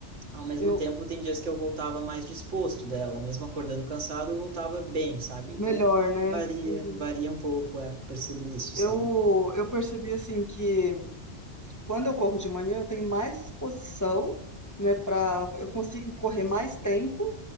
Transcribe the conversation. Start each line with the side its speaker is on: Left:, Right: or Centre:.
Right: ao mesmo
Left: Eu,
Right: tempo, tem dias que eu voltava mais disposto dela, mesmo acordando cansado, eu voltava bem, sabe? Então,
Left: melhor, né?
Right: varia,
Left: Uhum.
Right: varia um pouco, é, percebi isso,
Left: Eu,
Right: sabe?
Left: eu percebi assim que quando eu corro de manhã eu tenho mais disposição, né, para eu consigo correr mais tempo